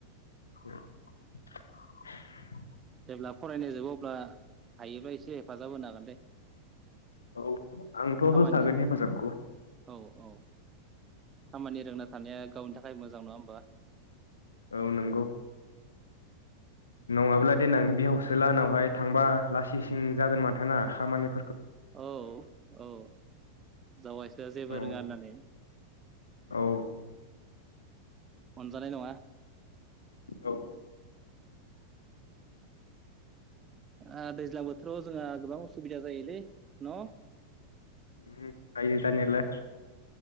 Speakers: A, on the left (about 75°); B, on the right (about 25°).
A: उम
B: जेब्ला फरायनाय जबो अब्ला हायोब्ला एसे हेफाजाब होनो हागोन दे
A: औ आंथ'
B: खामानि
A: होखागोन हेफाजाबखौ
B: औ औ खामानि रोंना थानाया गावनि थाखाय मोजां नङा होमबा?
A: औ नंगौ नङाब्ला देनां बिहावसो लाहानावहाय थांबा लासिं सिं जागोन माथो ना खामानि
B: औ औ जावायसोआ जेबो
A: औ
B: रोङा होननानै
A: औ
B: अनजानाय नङा
A: औ
B: <unintelligible> दै बोथोराव जोंहा गोबां असिबिदा जायोलै न'
A: उम जायो जानायालाय